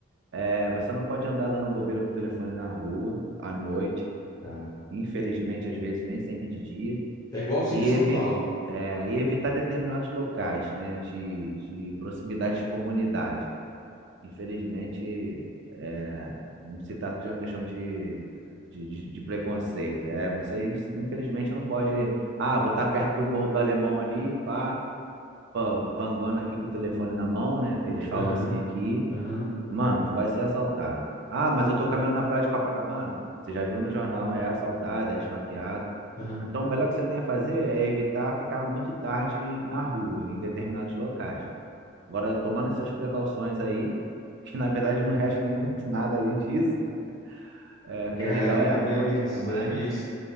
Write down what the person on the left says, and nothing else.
tá.
É igualzinho
São
Paulo.
É.
Aham.
Aham.
Aham.
Caramba,
hein, Vinícius?
É meio. est-